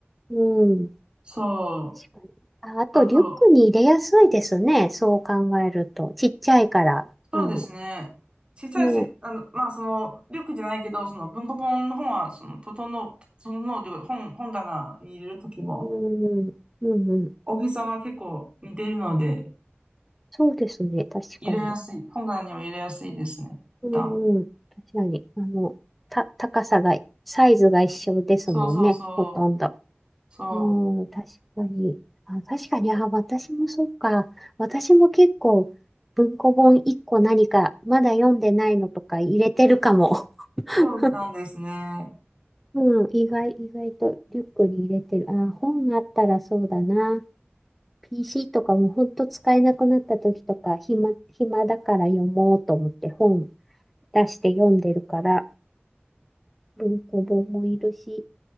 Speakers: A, in the centre; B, on the right.
A: うん。
B: そう。
A: 確かに。あ、あと、
B: あと、
A: リュックに入れやすいですね。そう考えると。ちっちゃいから。
B: そうですね。
A: あの、
B: 小さいし、
A: ね。
B: あの、まあ、その、リュックじゃないけど、その文庫本の本は、その、整う、整うというか、本、本棚に入れるときも、
A: うん。うんうん。
B: 大きさが結構似てるので、
A: そうですね。確かに。
B: 入れやすい、本棚には入れやすいですね。
A: うんうん。
B: 一旦
A: 確かに。あの、た、高さが、サイズが一緒ですもんね。
B: そうそうそ
A: ほとんど。
B: う、そう、
A: うん。確かに。あ、確かに。あ、私もそうか。私も結構、文庫本1個何か、まだ読んでないのとか入れてるかも。<laughs>
B: そうなんですね。
A: うん、意外、意外とリュックに入れてる。あー、本あったらそうだな。PC とかもほんと使えなくなった時とか、暇、暇だから読もうと思って本出して読んでるから、文庫本もいるし、